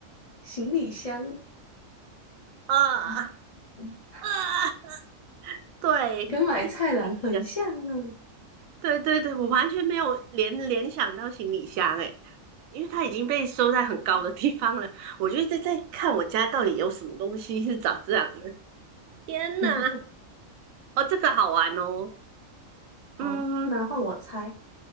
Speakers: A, on the left; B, on the right.
A: 行李箱。
B: 啊
A: 嗯嗯
B: 啊！对，
A: 跟买菜篮很像呢
B: 是行李箱。对对对，我完全没有联联想到行李箱诶，因为它已经被收在很高的地方了。我就一直在看我家到底有什么东西是长这样的。天哪！
A: <laughs>。
B: 哦，这个好玩哦。嗯，
A: 好，那换我猜。